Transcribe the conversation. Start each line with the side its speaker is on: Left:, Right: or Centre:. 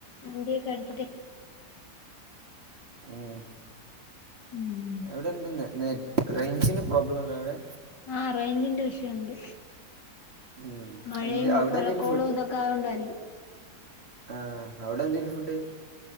Left: നതിയൊക്കെ അടുിച്ചിട്ട്
Right: ഉം
Left: ഉം
Right: എവിടെ എന്ത റേഞ്ചിന് പ്രോബ്ലം ഉണ്ടോ അവിടെ
Left: ആഹ റേഞ്ചിന്റെ വിഷയുണ്ട്
Right: ഉം
Left: മഴയും
Right: എന്ത് അവിടെ
Left: മഴക്കോളും
Right: എന്തേലും ഫു
Left: ഇതൊക്കെ ആയുകൊണ്ടായിരിക്കും
Right: ആ അവിടെ എന്തന് ഫുഡ്